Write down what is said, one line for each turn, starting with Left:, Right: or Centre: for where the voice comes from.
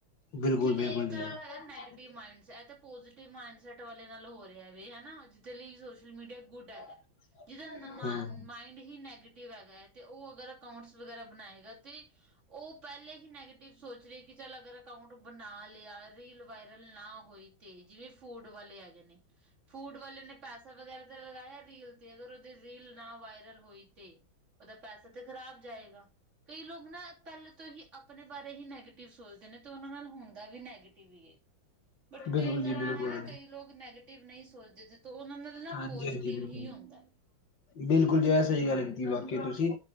Left: ਬਿਲਕੁਲ
Right: ਠੀਕ
Left: ਬਿਲਕੁਲ
Right: ਹੈ! ਇੱਕ
Left: ਜੀ
Right: ਤਰਫ਼ ਹੈਗਾ ਨੈਗੇਟਿਵ ਮਾਈਂਡ ਇਹ ਪੋਜ਼ਟਿਵ ਤੇ ਮਾਈਂਡ ਸੈੱਟ ਵਾਲੇ ਨਾਲ ਹੋ ਰਿਹਾ ਵੇ ਹਨਾ, ਜਿਦੇ ਲਈ ਸੋਸ਼ਲ ਮੀਡੀਆ ਗੁੱਡ ਹੈਗਾ
Left: ਹੂੰ।
Right: ਐ। ਜਿਹਦਾ ਮਾਨ
Left: ਹਾਂਜੀ।
Right: ਮਾਇਂਡ ਹੀ ਨੈਗੇਟਿਵ ਹੈਗਾ ਐ ਤੇ ਓ ਅਗਰ ਅਕਾਊਂਟਸ ਵਗੈਰਾ ਬਨਾਏਗਾ ਤੁਸੀਂ ਉਹ ਪਹਿਲੇ ਹੀ ਨੈਗੇਟਿਵ ਸੋਚ ਰਹੇ ਕਿ ਚੱਲ ਅਗਰ ਅਕਾਊਂਟ ਬਣਾ ਲਿਆ ਰੀਲ ਵਾਇਰਲ ਨਾ ਹੋਈ ਤੇ। ਫਿਰ ਫੂਡ ਵਾਲੇ ਹੈਗੇ ਨੇ, ਫੂਡ ਵਾਲੇ ਨੇ ਪੈਸਾ ਵਗੈਰਾ ਤੇ ਲਗਾਇਆ ਰੀਲ ਤੇ ਅਗਰ ਉਹਦੀ ਰੀਲ ਨਾ ਵਾਇਰਲ ਹੋਈ ਤੇ। ਉਹਦਾ ਪੈਸਾ ਤੇ ਖ਼ਰਾਬ ਜਾਏਗਾ। ਕਈ ਲੋਕ ਨਾ ਪਹਿਲ ਤੋਂ ਹੀ ਆਪਣੇ ਬਾਰੇ ਹੀ ਨੈਗੇਟਿਵ ਸੋਚਦੇ ਨੇ ਤੇ ਉਹਨਾਂ ਨਾਲ ਹੁੰਦਾ ਵੀ ਨੈਗੇਟਿਵ ਏ। ਬਟ
Left: ਬਿਲਕੁਲ
Right: ਕਈ ਤਰ੍ਹਾਂ
Left: ਜੀ ਬਿਲਕੁਲ
Right: ਹੈ ਨਾ ਕਈ ਲੋਕ ਨੈਗੇਟਿਵ ਨਹੀਂ ਸੋਚਦੇ ਤੇ ਤਾਂ ਉਹਨਾਂ ਨਾਲ ਨਾ
Left: ਹਾਂਜੀ-ਹਾਂਜੀ
Right: ਪੋਜ਼ੀਟਿਵ
Left: ਬਿਲਕੁਲ।
Right: ਹੀ ਹੁੰਦਾ।
Left: ਬਿਲਕੁਲ ਜੀ, ਏ ਸਹੀ ਗੱਲ ਕੀਤੀ ਵਾਕਿਆ ਤੁਸੀਂ।